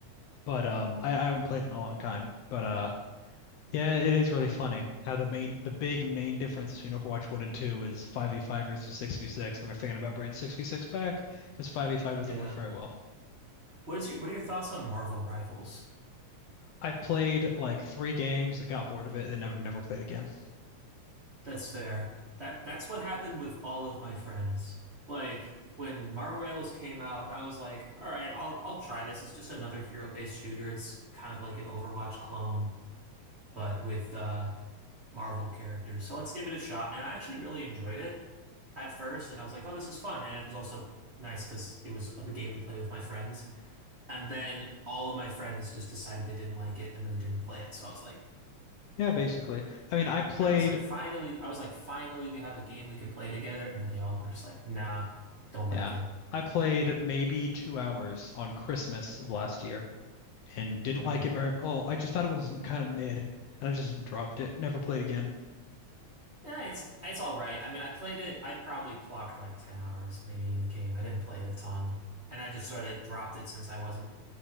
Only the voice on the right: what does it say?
Yeah.
What is your what are your thoughts on Marvel Rivals?
That's fair. That that's what happened with all of my friends. Like when Marvel Rivals came out, I was like, all right, I'll I'll try this. It's just another hero-based shooter. It's kind of like an Overwatch clone, but with uh Marvel characters. So let's give it a shot. And I actually really enjoyed it at first, and I was like, oh, this is fun. And it was also nice because it was the game to play with my friends. And then all of my friends just decided they didn't like it and then didn't play it. So I was like,
Like I was like, finally, I was like, finally, we have a game we could play together. And then they all were just like, nah, don't like
it.
Hmm.
Yeah, it's it's all right. I mean, I played it. I probably clocked like 10 hours maybe in the game. I didn't play it a ton. And I just sort of dropped it since I wasn't,